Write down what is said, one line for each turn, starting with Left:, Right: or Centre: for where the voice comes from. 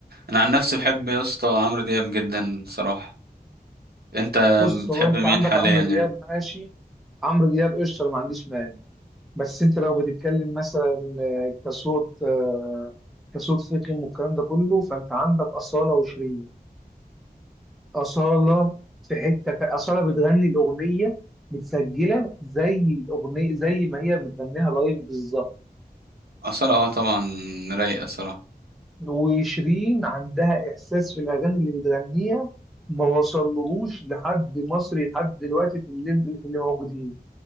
Right: انا عن نفسي بحب يا اسطى عمرو دياب جدا صراحة انت
Centre: بص
Right: بتحب
Centre: هو انت
Right: مين
Centre: عندك
Right: حاليا
Centre: عمرو دياب
Right: يعني
Centre: ماشي عمرو دياب قشطه أنا ما عنديش مانع بس انت لو بتتكلم مثلا آه، كصوت آه، كصوت فيكم والكلام ده كله فانت عندك اصاله وشيرين أصالة في حتة تا- أصالة بتغني الأغنية متسجلة زي الأغنية زي ما هي بتغنيها لايف بالظبط
Right: اصلا اه طبعا رايقة صراحة
Centre: وشيرين عندها إحساس في الأغاني اللي بتغنيها ما وصلهوش لحد مصري لحد دلوقتي في الليفل في اللي موجودين